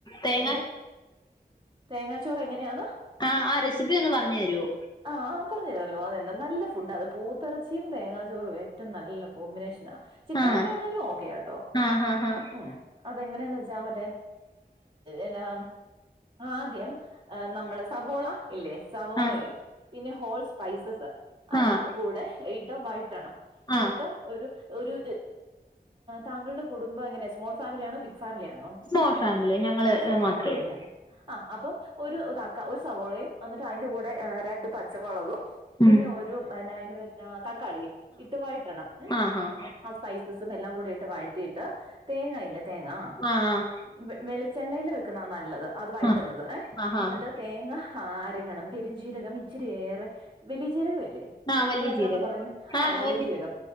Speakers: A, on the left; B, on the right.
A: തേങ്ങാ
B: എന്തോ തേങ്ങാച്ചോറ് എങ്ങനെയാന്ന്
A: ആഹ് ആഹ് റെസിപ്പി ഒന്ന് പറഞ്ഞു തരുവോ
B: ആഹ പറഞ്ഞു തരാല്ലോ അതെന്ന നല്ല ഫുഡ അത് പോത്തെറച്ചിയും തേങ്ങാ ചോറും ഏറ്റവും നല്ല കോമ്പിനേഷനാ ചിക്കൻ
A: ആഹ്
B: കറി ആണേലും ഓക്കെയാട്ടോ
A: ആഹ് ആഹ്
B: ഉം അതെങ്ങനെയെന്ന് വെച്ചാ മറ്റേ എന്നാ ആദ്യം ഏഹ് നമ്മള് സവോള ഇല്ലേ സവോളയും
A: ആഹ്
B: പിന്നെ ഹോൾ സ്പൈസസ് അതും
A: ആഹ്
B: കൂടെ ഇട്ട് വഴറ്റണം എന്നിട്ട്
A: ആഹ്
B: ഒരു ഒരു താങ്കളുടെ കുടുംബം എങ്ങനെ സ്മോൾ ഫാമിലി ആണോ ബിഗ് ഫാമിലി ആണോ
A: സ്മോൾ ഫാമിലി ഞങ്ങള്
B: സ്മോൾ
A: മാത്രേ
B: ഫാമിലിയ
A: ഉള്ളൂ
B: ആഹ് അപ്പൊ ഒരു ഇതാക്ക ഒരു സവോളയും എന്നിട്ട് അതിന്റെ കൂടെ രണ്ട് പച്ചമൊളകും പിന്നെ
A: ഉം
B: ഒരു എന്നാ അയിന്റെ പേര് എന്നാ തക്കാളിയും ഇട്ടു വായറ്റണം ഉം
A: ആഹ് ആഹ്
B: ആ സ്പൈസസും എല്ലാം കൂടിട്ട് വഴറ്റിയിട്ട് തേങ്ങയില്ലേ തേങ്ങാ
A: ആഹ് ആഹ്
B: വെ വെളിച്ചെണ്ണേൽ വെക്കുന്നാ നല്ലത് അത് വയറ്റുന്നത്
A: ആഹ്
B: ഏഹ്
A: ആഹ് ആഹ്
B: തേങ്ങ ആഹ് അരക്കണം പെരുംജീരകം ഇച്ചിരി ഏറെ വലിയ ജീരകംല്ലേ
A: ആഹ്
B: നിങ്ങൾ
A: വലിയ
B: എന്നാന്നാ
A: ജീരകം
B: പറയുന്നെ ആ
A: ആണ്
B: വലിജീരകം
A: വലിയ